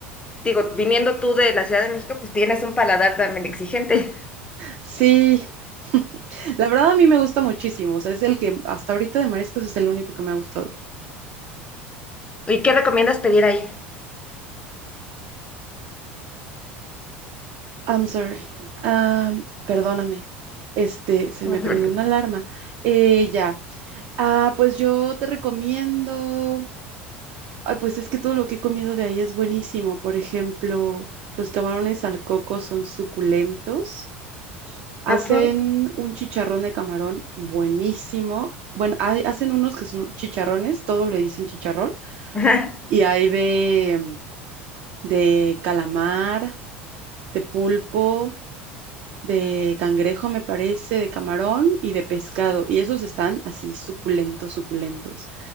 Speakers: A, on the left; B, on the right.
A: digo, viniendo tú de la Ciudad de México, pues tienes un paladar también exigente.
B: Sí. <laughs> La verdad a mí me gusta muchísimo. O sea, es el que hasta ahorita de mariscos es el único que me ha gustado.
A: ¿Y qué recomiendas pedir ahí?
B: I'm sorry. Ah, perdóname. Este, se
A: No
B: me prendió
A: te preocupes.
B: una alarma. Eh, ya. Ah, pues yo te recomiendo. Ay, pues es que todo lo que he comido de ahí es buenísimo. Por ejemplo, los camarones al coco son suculentos. Hacen
A: ¿A poco?
B: un chicharrón de camarón buenísimo. Bueno, hay- hacen unos que son chicharrones, todo le dicen chicharrón.
A: Ajá.
B: Y hay de, de calamar, de pulpo, de cangrejo, me parece, de camarón y de pescado. Y esos están así suculentos, suculentos.